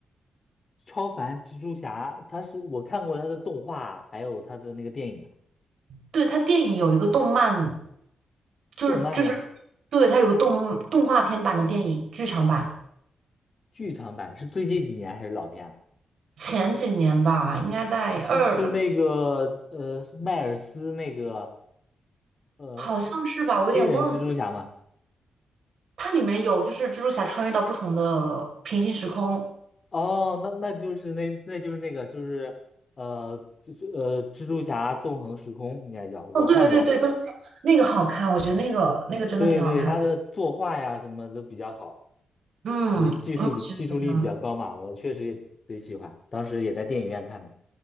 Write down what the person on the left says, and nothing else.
超凡蜘蛛侠，他是我看过他的动画，还有他的那个电影啊
动漫吗？
剧场版是最近几年还是老片啊？
是是那个呃是迈尔斯那个呃
黑人蜘蛛侠吗？
哦，那那就是那那就是那个就是呃就是呃蜘蛛侠纵横时空应该叫，我看过，
对对，他的作画呀什么都比较好。
就是技术比技术力比较高嘛，
我确实也贼喜欢，当时也在电影院看的。